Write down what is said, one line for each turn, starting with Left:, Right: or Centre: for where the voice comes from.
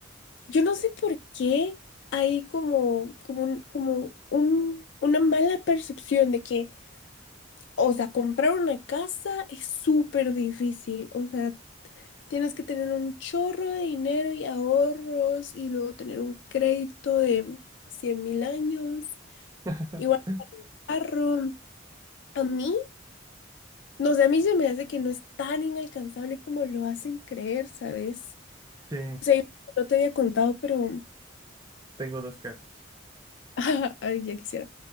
Left: yo no sé por qué hay como, como, un- como un- una mala percepción de que, o sea, comprar una casa es súper difícil. O sea, tienes que tener un chorro de dinero y ahorros y luego tener un crédito de cien mil años.
Right: <laughs>
Left: Igual carro. A mí, no sé, a mí se me hace que no es tan inalcanzable como lo hacen creer, ¿sabes?
Right: Sí,
Left: Sí, no te había contado, pero
Right: tengo dos casas.
Left: <laughs> ay, ya quisiera.